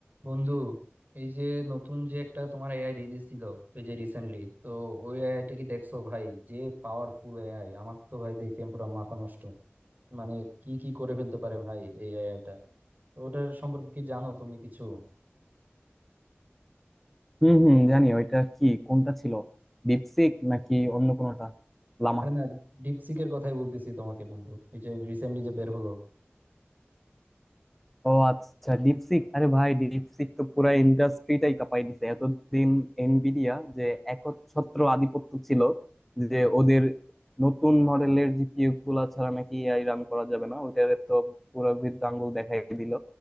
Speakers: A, on the right; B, in the centre.
A: বন্ধু এই যে নতুন যে একটা তোমার এআই রিলিজ দিল এই যে রিসেন্টলি তো ওই এআইটা কি দেখছো ভাই যে পাওয়ারফুল এআই আমার তো ভাই দেখে পুরো মাথা নষ্ট মানে কি কি করে ফেলতে পারে ভাই এই এআইটা তো ওটার সম্পর্কে কি জানো তুমি কিছু
B: হুম হুম জানি ওইটা কি কোনটা ছিল ডিপসিক নাকি অন্য কোনোটা লামা
A: আরে না ডিপসিকের কথাই বলতেছি তোমাকে বন্ধু এই যে রিসেন্টলি যে বের হলো
B: ও আচ্ছা ডিপসিক আরে ভাই ডিপসিক তো পুরা ইন্ডাস্ট্রিটাই কাঁপাই দিছে এতদিন এনভিডিয়া যে একচ্ছত্র আধিপত্য ছিল যে ওদের নতুন মডেলের জিপিইউ গুলা ছাড়া নাকি এআই রান করা যাবে না ওইটার তো পুরো বৃদ্ধ আঙ্গুল দেখাই দিল